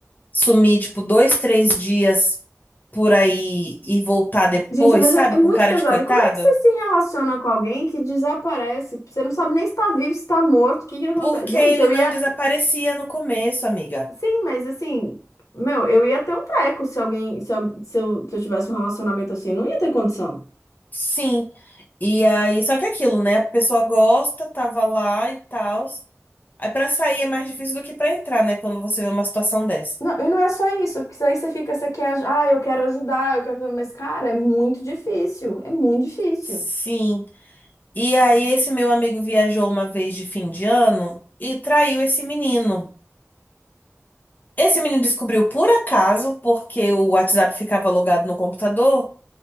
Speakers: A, on the left; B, on the left.
A: sumir, tipo, dois, três dias por aí e voltar depois,
B: Gente, mas
A: sabe?
B: é, é muito
A: Com cara
B: pesado.
A: de coitado.
B: Como é que você se relaciona com alguém que desaparece? Você não sabe nem se tá vivo, se tá morto, o que que acontece?
A: Porque
B: Gente,
A: ele
B: eu
A: não
B: ia,
A: desaparecia no começo, amiga.
B: Sim, mas assim, meu, eu ia ter um treco se alguém, se, al- se eu, se eu tivesse um relacionamento assim, não ia ter condição.
A: Sim. E aí, só que aquilo, né? A pessoa gosta, tava lá e tal. Aí pra sair é mais difícil do que pra entrar, né? Quando você vê uma situação dessa.
B: Não, e não é só isso, porque daí você fica, você quer, aj- ah, eu quero ajudar, eu quero, mas cara, é muito difícil, é muito difícil.
A: Sim. E aí, esse meu amigo viajou uma vez de fim de ano e traiu esse menino. Esse menino descobriu por acaso, porque o WhatsApp ficava logado no computador.